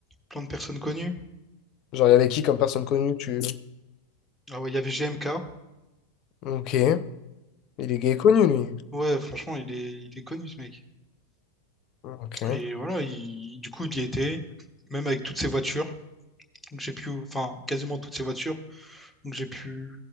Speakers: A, in the centre; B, on the left (about 35°).
A: plein de personnes connues.
B: Genre, il y avait qui comme personne connue, tu...
A: Ah ouais, il y avait G M K
B: Ok, il est gay connu, lui.
A: Ouais, franchement, il est, il est connu, ce mec.
B: Ok,
A: Et voilà, il- du coup, il y était, même avec toutes ses voitures. Donc, j'ai pu, enfin, quasiment toutes ses voitures. Donc, j'ai pu,